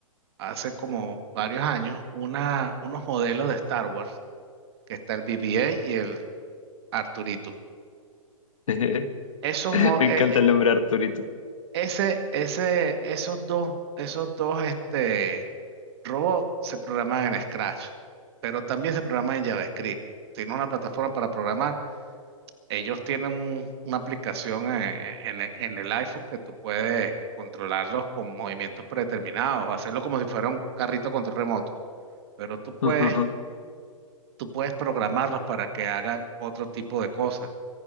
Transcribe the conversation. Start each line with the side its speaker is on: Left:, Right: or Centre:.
Right: hace como varios años una, unos modelos de Star Wars, que está el BB-8 y el Arturito.
Left: <laughs> Me
Right: Esos, mo- eh,
Left: encanta
Right: eh,
Left: el nombre Arturito.
Right: ese, ese, esos dos, esos dos, este Robot se programaba en Scratch, pero también se programa en JavaScript. Tiene una plataforma para programar. Ellos tienen un- una aplicación eh, en, e- en el iPhone que tú puedes controlarlos con movimientos predeterminados, o hacerlo como si fuera un carrito control remoto. Pero tú puedes,
Left: <laughs> Ujú, ujú.
Right: tú puedes programarlos para que hagan otro tipo de cosas.